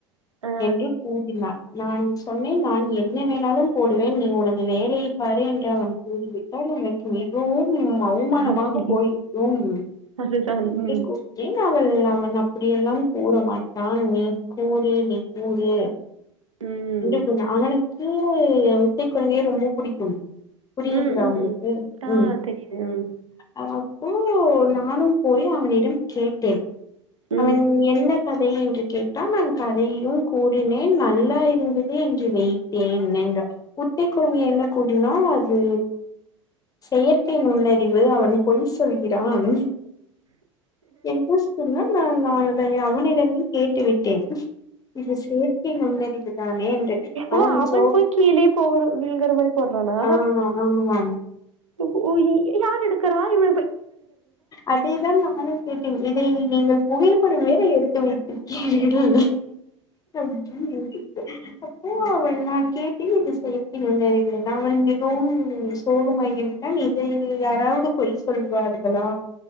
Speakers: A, on the right; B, on the left.
A: ஆ
B: என்று கூறினான் நான் சொன்னேன் நான் என்ன வேணாலும் போடுவேன் நீ உனது வேலையை பார் என்று அவன் கூறிவிட்டால் எனக்கு மிகவும் அவுமானமாக
A: அசி
B: போயி <unintelligible>
A: அதுதா
B: என்று
A: ம்
B: கூறி அவள் அவன் அப்படியெல்லாம் கூற மாட்டான் நீ கூறு நீ கூறு
A: ம்
B: என்று கூறினான் அவனுக்கு வித்தை குழந்தையை ரொம்ப புடிக்கும் <unintelligible>
A: ம்
B: உங்களுக்கு
A: ம் ஆ
B: ம்
A: தெரியுது ம்
B: அ ஓ நானும் போய் அவனிடம் கேட்டேன்
A: ம்
B: அவன் என்ன கதை என்று கேட்டால் நான் கதையையு கூறினேன் நல்லா இருந்தது என்று வைத்தேன் <unintelligible> உத்தை குரங்கு என்ன கூறினாள் அது செயற்கை நுண்ணறிவு அவன் பொய் சொல்கிறான் என்ன சொன்னான் நா நான் அதை அவனிடமே கேட்டு விட்டேன் இது சேர்க்கை நுண்ணறிவு தானே என்று
A: ஓ அவன்
B: சோ
A: போய் கீழே போக விழுகிற மாரி போட்றானா
B: ஆ ஆமாம்
A: <unintelligible> யார் எடுக்கரா இவ
B: அதேதான் நானும் கேட்டேன் இதை நீங்கள் புகைப்படம் வேற எடுத்து வைத்திருக்கீர்கள் ம் <unintelligible> அப்போ அவன் நான் கேட்டேன் இது செயற்கை நுண்ணறிவு நான் அவன் மிகவும் சோகமாகிவிட்டான் இதை இதில் யாராவது பொய் சொல்வார்களா